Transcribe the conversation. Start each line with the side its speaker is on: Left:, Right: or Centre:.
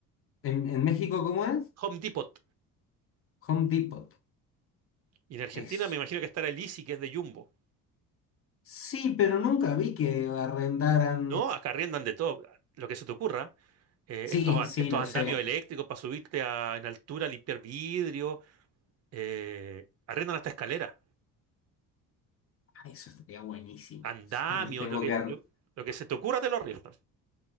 Left: ¿En, en México cómo es?
Right: Home Depot.
Left: Home Depot.
Right: Y en Argentina
Left: Eso.
Right: me imagino que estará el Easy, que es de Jumbo.
Left: Sí, pero nunca vi que arrendaran...
Right: No, acá arriendan de todo, lo que se te ocurra. Eh,
Left: Sí,
Right: estos, an-
Left: sí,
Right: estos
Left: lo
Right: andamios
Left: sé.
Right: eléctricos para subirte a- en altura, limpiar vidrio. eh, arriendan hasta escaleras,
Left: Ah, Eso estaría buenísimo.
Right: andamios,
Left: Sí, también tengo
Right: lo que,
Left: que,
Right: lo, lo que se te ocurra te lo arriendan.